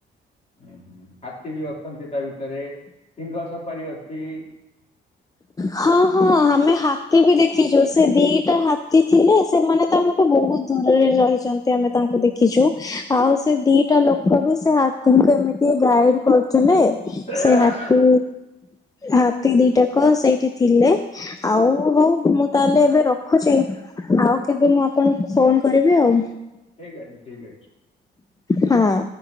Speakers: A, on the left; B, on the left.
A: ହୁଁ ହାତୀ ବି ଅଛନ୍ତି ତା ଭିତରେ ସିଂହ ସପାରି ଅଛି। <inaudible>
B: ହଁ ହଁ ଆମେ ହାତୀ ବି ଦେଖିଛୁ ସେ ଦିଟା ହାତୀ ଥିଲେ ସେମାନେ ତମ ବହୁତ ଦୂରରେ ରହିଛନ୍ତି ଆମେ ତାଙ୍କୁ ଦେଖିଛୁ। ଆଉ ସେ ଦିଟା ଲୋକ ବି ସେ ହାତୀଙ୍କୁ ଏମିତି ଗାଇଡ କରୁଥିଲେ।
A: ଠିକ
B: ସେ ହାତୀ ହାତୀ ଦିଟାକ ସେଇଠି ଥିଲେ ଆଉ ହଉ ମୁଁ ତାହେଲେ ଏବେ ରଖୁଛି। ଆଉ କେବେ ମୁଁ ଆପଣଙ୍କୁ ଫୋନ କରିବି ଆଉ।
A: ଠିକ ଅଛି ଠିକ ଅଛି।
B: ହଁ।